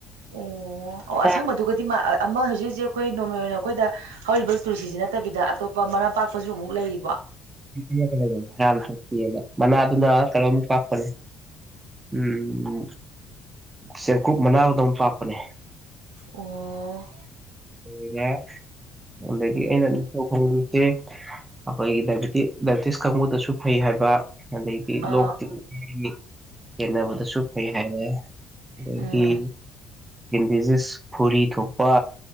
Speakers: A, on the right; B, on the right.
A: ꯑꯣ ꯑꯣ
B: ꯑꯦ
A: ꯑꯁꯪꯕꯗꯨꯒꯗꯤ ꯃꯥ ꯑꯃ ꯍꯧꯖꯤꯛ ꯍꯧꯖꯤꯛ ꯑꯩꯈꯣꯏ ꯅꯣꯔꯃꯦ ꯑꯣꯏꯅ ꯑꯩꯈꯣꯏꯗ ꯍꯧꯔꯤꯕ ꯇꯨꯁꯤꯁꯤ ꯅꯠꯇꯕꯤꯗ ꯑꯇꯣꯞꯄ ꯃꯔꯥꯄꯥꯛꯄꯁꯨ ꯑꯃꯨꯛ ꯂꯩꯕ
B: ꯈꯜꯂꯒ ꯂꯩꯕꯅꯤ ꯍꯥꯔꯥꯝ ꯃꯅꯥꯗꯨꯅ ꯀꯩꯅꯣꯨꯛ ꯀꯥꯞꯄꯅꯦ ꯎꯝ ꯆꯦꯡꯀꯨꯞ ꯃꯅꯥꯕꯗꯣ ꯑꯃ ꯄꯥꯛꯞꯄꯅꯦ
A: ꯑꯣ
B: ꯣꯏꯔꯦ ꯑꯗꯒꯤ ꯑꯩꯅ ꯅꯤꯡ ꯈꯣꯏꯁꯦ ꯑꯩꯈꯣꯏꯒꯤ ꯗꯥꯏꯕꯤꯦꯇꯤꯁ ꯀꯥꯡꯕꯨꯗꯁꯨ ꯐꯩ ꯍꯥꯏꯕ ꯑꯗꯩꯗꯤ
A: ꯑꯥ
B: ꯂꯣꯛꯇꯤꯡꯒꯤ ꯍꯦꯟꯅꯕꯗꯁꯨ ꯐꯩ ꯍꯥꯏꯔꯦ ꯑꯗꯒꯤ
A: ꯎꯝ
B: ꯏꯟꯗꯤꯖꯤꯁ ꯐꯨꯔꯤ ꯊꯣꯛꯄ